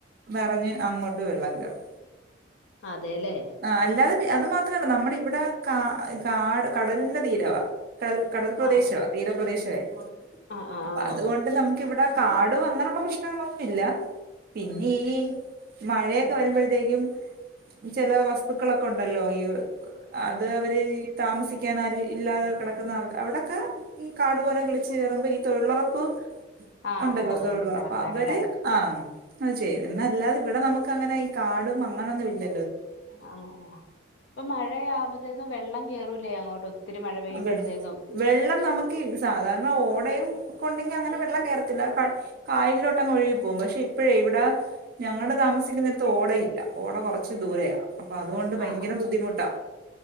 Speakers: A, on the right; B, on the left.
A: നെറഞ്ഞ് അങ്ങോട്ട് വെള്ളം കേറും.
B: അതേ ലെ
A: ആഹ്, അല്ലാതെ പി അത് മാത്രല്ല നമ്മടെ ഇവിടെ കാ കാട് കടലിന്റെ തീരവാ കടൽ കടൽപ്രദേശോ
B: ആഹ്
A: തീരപ്രദേശെ
B: ആഹ് ആഹ്
A: അപ്പ
B: ആഹ്
A: അതുകൊണ്ട് നമുക്ക് ഇവിട കാടും അങ്ങനൊള്ള പ്രശ്നങ്ങളൊന്നുമില്ല. പിന്നെ ഈ മഴയൊക്കെ വരുമ്പോഴത്തേയ്ക്കും ചെല വസ്തുക്കളൊക്ക ഉണ്ടല്ലോ ഈ അത് അവര് ഈ താമസിക്ക്യാനാരും ഇല്ലാതെ കെടക്കുന്ന അവടൊക്കെ ഈ കാടു പോലെ കിളിച്ചു കയറുമ്പോ ഈ തൊഴിലൊറപ്പ്
B: ആഹ്
A: ഉണ്ടല്ലോ
B: അങ്ങനത്തെ
A: തൊഴിലൊറപ്പ്
B: ആൾക്കാരല്ലേ
A: അവര് ആഹ്, അത് ചെയ്യും എന്നല്ലാതെ ഇവടെ നമുക്കങ്ങനെ ഈ കാടും അങ്ങനൊന്നും ഇല്ല
B: ആഹ്, ആഹ് പ്പം മഴയാവുമ്പത്തേക്കും വെള്ളം കേറൂലേ അങ്ങോട്ട് ഒ ത്തിരി മഴ പെയ്യുമ്പഴത്തേക്കും
A: വെ വെള്ളം നമക്ക് സാധാരണ ഓടയും കൊണ്ടെങ്കി അങ്ങനെ വെള്ളം കേറത്തില്ല. <unintelligible> കായലിലോട്ടങ്ങൊഴുകി പോവും പക്ഷെ ഇപ്പഴേ ഇവടാ ഞങ്ങള് താമസിക്കുന്നരത്ത് ഓടയില്ല ഓട കൊറച്ച് ദൂരെയാ, അപ്പൊ അതുകൊണ്ട് ഭയങ്കര
B: ആഹ്
A: ബുദ്ധിമുട്ടാ